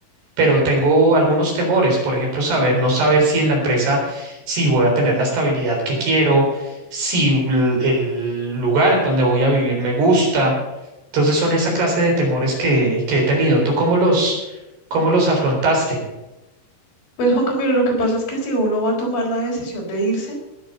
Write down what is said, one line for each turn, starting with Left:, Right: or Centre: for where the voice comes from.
Right: pero tengo algunos temores, por ejemplo, saber, no saber si en la empresa, si voy a tener la estabilidad que quiero, si l- el lugar en donde voy a vivir me gusta. Entonces son esa clase de temores que, que he tenido. ¿Tú cómo los, cómo los afrontaste?
Left: Pues Juan Camilo, lo que pasa es que si uno va a tomar la decisión de irse,